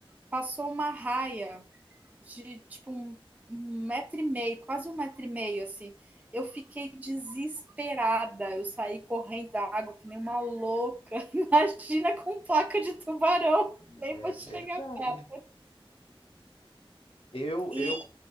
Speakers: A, on the right (about 15°); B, on the left (about 80°).
A: passou uma raia de tipo um, um metro e meio, quase um metro e meio, assim. Eu fiquei desesperada. Eu saí correndo da água que nem uma louca. <laughs> Imagina com placa de tubarão. Nem
B: É
A: vou
B: verdade.
A: chegar perto.
B: Eu,
A: E,
B: eu,